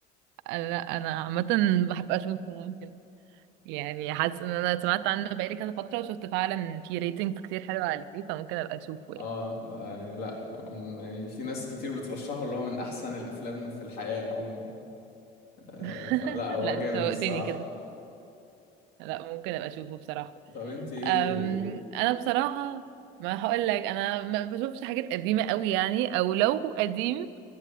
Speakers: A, on the right; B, on the left.
A: آه، لا انا عامة بحب اشوفه ممكن يعني حاسة ان انا سمعت عنه بقالي كذا فترة وشفت فعلا في ريتنج كتير حلو عليه فممكن ابقى اشوفه
B: آه
A: يعني
B: ده يعني لأ من- يعني في ناس كتير بترشحه اللي هو من أحسن الأفلام في الحياة عموما آه
A: <laughs>
B: فلأ هو
A: لا
B: جامد
A: انت شوقتني
B: الصراحة
A: كده لا ممكن ابقى اشوفه بصراحة
B: طب أنت إيه
A: أم،
B: ال...
A: انا بصراحه ما هقول لك انا ما بشوفش حاجات قديمه قوي يعني او لو قديم